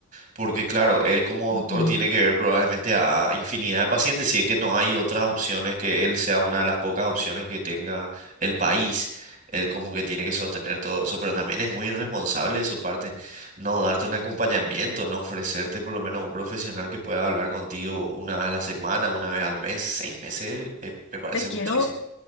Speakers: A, on the right; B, on the left.
A: porque claro, él como
B: Ujú.
A: doctor tiene que ver probablemente a infinidad de pacientes, si es que no hay otras opciones, que él sea una de las pocas opciones que tenga el país, él como que tiene que sostener todo eso, pero también es muy irresponsable de su parte no darte un acompañamiento, no ofrecerte por lo menos un profesional que pueda hablar contigo una vez a la semana, una vez al mes, seis meses, eh, me parece
B: Te
A: muchísimo.
B: quiero,